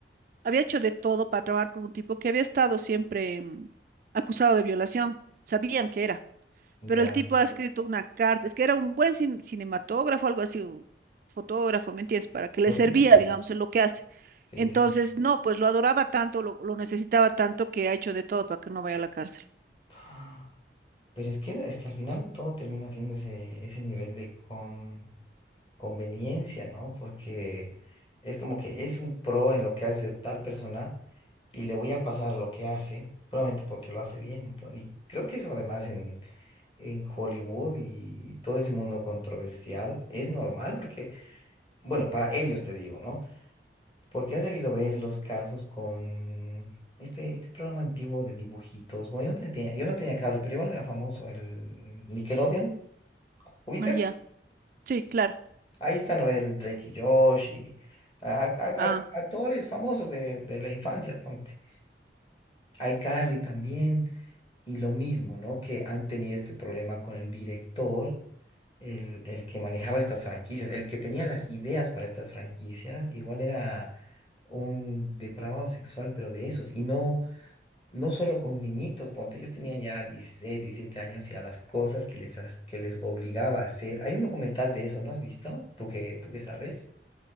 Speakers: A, on the right; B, on the left.
A: había hecho de todo para trabajar con un tipo que había estado siempre mm, acusado de violación. Sabían que era,
B: Ya.
A: pero el tipo ha escrito una carta, es que era un buen cin- cinematógrafo, algo así, o fotógrafo, ¿me entiendes? Para que le
B: No
A: servía,
B: tiene.
A: digamos, en lo que hace.
B: Sí,
A: Entonces,
B: sí, sí.
A: no, pues lo adoraba tanto, lo, lo necesitaba tanto que ha hecho de todo para que no vaya a la cárcel.
B: <gasps> Pero es que, es que al final todo termina siendo ese, ese nivel de con... conveniencia, ¿no? Porque es como que es un pro en lo que hace tal persona y le voy a pasar lo que hace solamente porque lo hace bien. Entonces, y creo que eso además en, en Hollywood y, y todo ese mundo controversial es normal porque, bueno, para ellos te digo, ¿no? Porque has debido ver los casos con este, este programa antiguo de dibujitos. Bueno, yo no tenía, yo no tenía cable, pero igual era famoso, el Nickelodeon. ¿Ubicas?
A: Ah, ya. Sí, claro.
B: Ahí están ¿no? el Drake y Josh y a- a-
A: Ah.
B: a- actores famosos de, de la infancia, ponte. iCarly también, y lo mismo, ¿no? Que han tenido este problema con el director, el, el que manejaba estas franquicias, el que tenía las ideas para estas franquicias, igual era un depravado sexual, pero de esos, y no, no solo con niñitos, ponte, ellos tenían ya 16, 17 años y a las cosas que les, ha- que les obligaba a hacer. Hay un documental de eso, ¿no has visto? ¿Tú qué, tú qué sabes?